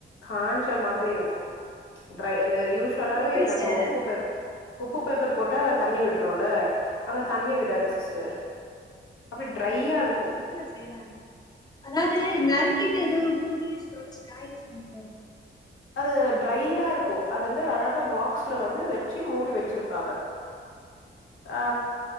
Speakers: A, on the left (about 85°); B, on the left (about 20°).
A: காஞ்ச மாதிரி இருக்கு ட்ரை அந்த யூஸ்வலாவே
B: அது எப்டி சிஸ்டர்
A: நம்ம உப்பு பெப் உப்பு பெப்பர் போட்டா தண்ணி விடணுல அங்க தண்ணி விடாது சிஸ்டர் அப்டி ட்ரையா இருக்கு
B: உப்புல செய்றாங்க அதாவது நறுக்கிட்டு எதுவு துணிய வச்சு தொடச்சு காய வச்சுருனுமோ
A: அது டிரைடா இருக்கு அது வந்து அழகா பாக்ஸ்ல வந்து வச்சு மூடி வ ச்சிருப்பாங்க ஆ